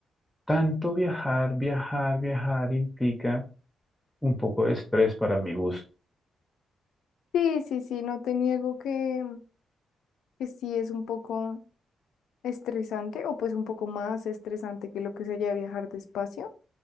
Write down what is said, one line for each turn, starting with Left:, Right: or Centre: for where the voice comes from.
Centre: tanto viajar, viajar, viajar implica un poco de estrés para mi gusto.
Left: Sí, sí, sí, no te niego que que sí es un poco estresante o pues un poco más estresante que lo que sería viajar despacio,